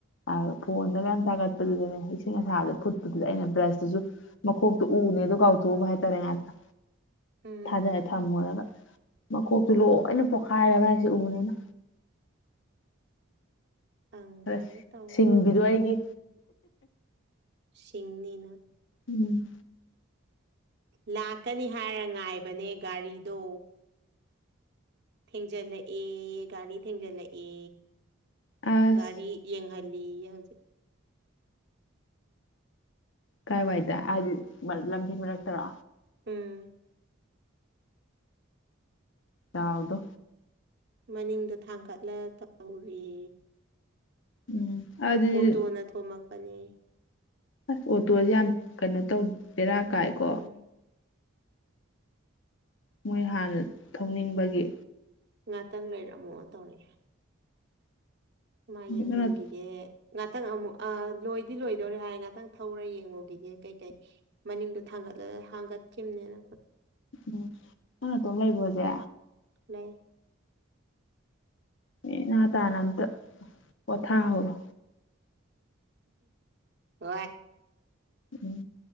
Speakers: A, on the left; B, on the right.
A: ꯑ ꯐꯣꯟꯗꯒ ꯌꯥꯝ ꯊꯥꯒꯠꯄꯗꯨꯗꯅꯦ ꯏꯁꯤꯡ ꯑꯁꯥꯕꯗ ꯐꯨꯠꯄꯗꯨꯗ ꯑꯩꯅ ꯕ꯭ꯔꯁꯇꯨꯁꯨ ꯃꯈꯣꯛꯇꯨ ꯎ ꯐꯅꯦꯗꯣ ꯀꯥꯎꯊꯣꯛꯎꯕ ꯍꯥꯏꯇꯥꯔꯦ ꯉꯥꯛꯇ
B: ꯎꯝ
A: ꯊꯥꯖꯔꯦ ꯊꯝꯃꯨꯔꯒ ꯃꯀꯣꯛꯇꯨ ꯂꯣꯏꯅ ꯄꯣꯛꯈꯥꯏꯔꯔꯕ ꯍꯥꯏꯁꯦ ꯎꯅꯤꯅ
B: ꯐꯪꯗ꯭ꯔꯦꯅ
A: ꯑ
B: ꯇꯧꯗꯣꯏ
A: ꯁꯤꯡꯕꯤꯗꯣ ꯑꯩꯒꯤ
B: ꯁꯤꯁꯤꯡꯅꯤꯅ
A: ꯎꯝ
B: ꯂꯥꯛꯀꯅꯤ ꯍꯥꯏꯔ ꯉꯥꯏꯕꯅꯦ ꯒꯥꯔꯤꯗꯣ ꯊꯦꯡꯖꯤꯜꯂꯛꯑꯦ ꯒꯥꯔꯤ ꯊꯦꯡꯖꯤꯜꯂꯛꯑꯦ
A: ꯑꯁ
B: ꯒꯥꯔꯤ ꯌꯦꯡꯍꯜꯂ ꯍꯧꯖꯤꯛ
A: ꯀꯥꯏꯋꯥꯏꯗ ꯍꯥꯏꯗꯤ ꯂꯝꯁꯤ ꯃꯔꯛꯇꯔꯣ
B: ꯎꯝ
A: ꯌꯥꯥꯎꯗꯣ
B: ꯃꯅꯤꯡꯗ ꯊꯥꯡꯒꯠꯂ ꯇꯧꯔꯤ
A: ꯎꯝ ꯑꯗꯨꯗꯤ
B: ꯑꯣꯇꯣꯅ ꯊꯣꯝꯃꯛꯄꯅꯤ
A: ꯑꯁ ꯑꯣꯇꯣꯁꯦ ꯌꯥꯝ ꯀꯩꯅꯣ ꯇꯧ ꯦꯔꯥ ꯀꯥꯏꯀꯣ
B: ꯎꯝ
A: ꯃꯣꯏ ꯍꯥꯟꯅ ꯊꯧꯅꯤꯡꯕꯒꯤ
B: ꯉꯥꯛꯇꯪ ꯂꯩꯔꯝꯃꯣ ꯇꯧꯔꯑꯦ ꯃꯥ
A: ꯎꯝ
B: ꯌꯦꯡꯍꯟꯈꯤꯒꯦ
A: ꯅꯪ
B: ꯉꯥꯛꯇꯪ ꯑꯃꯨꯛ ꯂꯣꯏ ꯗꯤ ꯂꯣꯏꯗꯧꯔꯦ ꯍꯥꯏꯔ ꯉꯥꯛꯇꯪ ꯊꯧꯔ ꯌꯦꯡꯉꯨꯒꯤꯒꯦ ꯀꯩ ꯀꯩ ꯃꯅꯤꯡꯗꯣ ꯊꯥꯡꯒꯠꯂ ꯊꯥꯡꯒꯠꯈꯤꯕꯅꯦꯅ
A: ꯎꯝ ꯅꯪ ꯇꯣ ꯂꯩꯕ꯭ꯔꯣꯁꯦ
B: ꯄ꯭ꯂꯦ
A: ꯑꯦ ꯅꯍꯥ ꯇꯥꯅ ꯑꯝꯇ ꯄꯣꯊꯥꯍꯔꯣ
B: ꯍꯣꯏ
A: ꯎꯝ